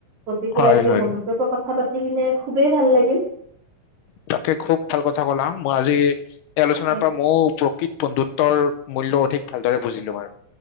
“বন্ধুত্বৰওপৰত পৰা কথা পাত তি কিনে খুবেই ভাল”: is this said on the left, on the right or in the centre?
Right